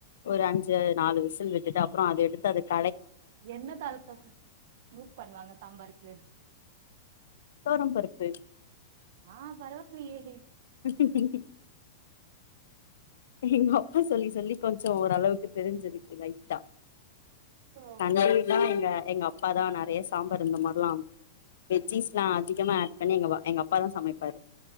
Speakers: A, on the left; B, on the right.
A: ஒரு அஞ்சு நாலு விசில் விட்டுட்டு அப்புறம் அது யடுத்து அதுக்கு
B: என்ன தால் த யூஸ் பண்ணுவாங்க சாம்பாருக் சரி
A: தோரம் பருப்பு
B: ஆஹ் பரவால்லயே
A: ம்ம்ம் எங்க அப்பா சொல்லி சொல்லி கொஞ்சம் ஓரளவுக்கு தெரிஞ்சிருக்கு லைட்டா
B: ஓகே
A: தஞ்சாவூர்
B: ஓகே
A: தான் எங்க எங்க அப்பா அப்பாதான் நிறைய சாம்பார் இந்த மாதிரிலாம் வெஜ்ஜிஸ் எல்லாம் அதிகமா ஆட் பண்ணி எங்க எங்க அப்பாதான் சமைப்பாரு